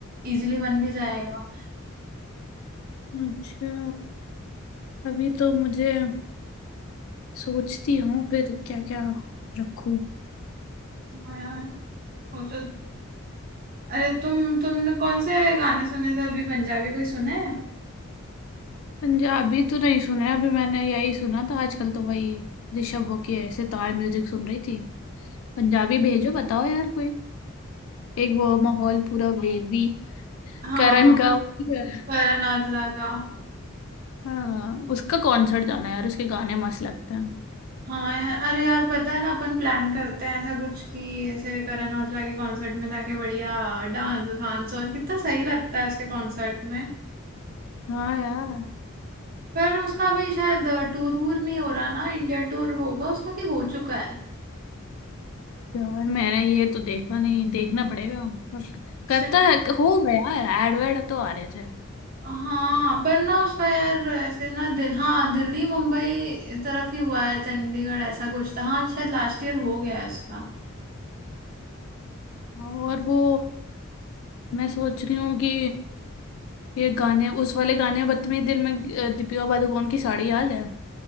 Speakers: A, on the right; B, on the left.
A: इजीली बन भी जाएगा
B: अच्छा अभी तो मुझे सोचती हूँ फिर क्या क्या रखूं
A: हाँ यार वो तो अरे तुम तुमने कौन से गाने सुने थे अभी पंजाबी कोई सुना है
B: पंजाबी तो नहीं सुना है अभी मैंने यही सुना था आजकल तो वही ऋषभ वो के सितार म्यूजिक सुन रही थी पंजाबी भेजो बताओ यार कोई एक वो माहौल पूरा वेवी
A: हाँ
B: करण का वो भी है।
A: करण औजला का
B: हाँ उसका कॉन्सर्ट जाना है यार उसके गाने मस्त लगते हैं
A: हाँ यार अरे यार पता है ना अपन प्लान करते हैं ऐसा कुछ कि ऐसे करण औजला के कॉन्सर्ट में जाके बढ़िया डांस वांस और कितना सही लगता है उसके कॉन्सर्ट में
B: हाँ यार
A: पर उसका भी शायद टूर वूर नहीं हो रहा ना इंडिया टूर होगा उसका कि हो चुका है
B: यार मैंने ये तो देखा नहीं देखना पड़ेगा पर
A: शायद
B: करता है हो गया यार एड वेड तो आ रहे थे
A: हाँ पर ना उसका यार ऐसे ना दिल हाँ दिल्ली मुंबई तरफ ही हुआ है चंडीगढ़ ऐसा कुछ था हाँ शायद लास्ट ईयर हो गया है उसका
B: और वो मैं सोच रही हूँ कि ये गाने उस वाले गाने बदतमीज दिल में अ, दीपिका पादुकोण की साड़ी याद है